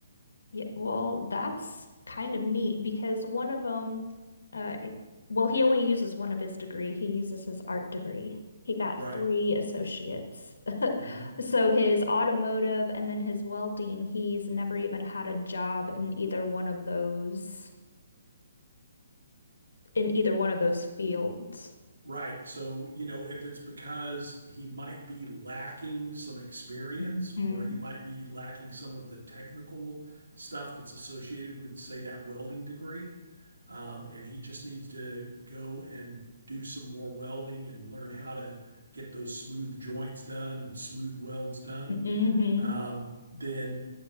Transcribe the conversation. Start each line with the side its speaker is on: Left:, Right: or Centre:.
Left: Yeah, well, that's kind of neat because one of them, uh, it, well, he only uses one of his degree. He uses his art degree. He got
Right: right?
Left: three associates. <laughs>
Right: hmm
Left: So his automotive and then his welding, he's never even had a job in either one of those in either one of those fields.
Right: Right. So, you know, if it's because he might be lacking some experience
Left: Mm-hmm.
Right: or he might be lacking some of the technical stuff that's associated with, say, that welding degree, um, and he just needs to go and do some more welding and learn how to get those smooth joints done and smooth welds done,
Left: hmm
Right: um, then